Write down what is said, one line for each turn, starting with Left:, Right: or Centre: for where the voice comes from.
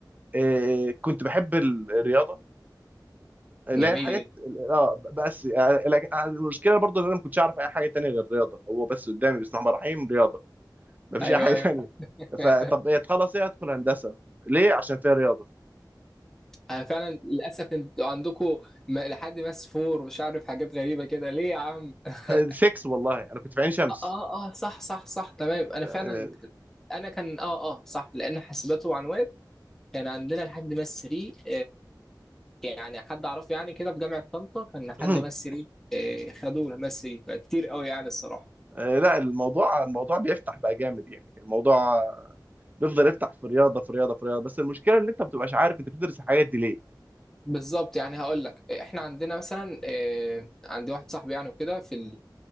Right: آه، كنت بحب ال- الرياضه اللي
Centre: جميل
Right: هي الحاجات
Centre: جدا
Right: اه بس آه، لكن المشكله برضو ان انا ما كنتش اعرف اي حاجه تانية غير الرياضه هو بس قدامي بسم الله الرحمن الرحيم رياضه ما فيش
Centre: أيوه
Right: اي حاجه
Centre: أيوه
Right: تانية
Centre: <laughs>
Right: فطب ايه تخلص ايه ادخل هندسه ليه عشان فيها رياضه
Centre: أنا فعلا للأسف أنتوا عندكم م- لحد ماس فور مش عارف حاجات غريبة كده ليه يا عم <laughs>
Right: 6 والله انا كنت في عين شمس
Centre: آه آه صح صح صح تمام أنا
Right: آه،
Centre: فعلا انا كان اه اه صح لان حاسبات ومعلومات كان عندنا لحد ماس 3 يعني حد اعرفه يعني كده في جامعه طنطا كان حد
Right: <clears throat>
Centre: مس ريل آه، خدوه مس ريل فكتير قوي يعني الصراحه
Right: آه، لا الموضوع الموضوع بيفتح بقى جامد يعني الموضوع آه، بيفضل يفتح في رياضه في رياضه في رياضه بس المشكله ان انت ما بتبقاش عارف انت بتدرس الحاجات دي ليه
Centre: بالظبط يعني هقول لك احنا عندنا مثلا آه، عندي واحد صاحبي يعني وكده في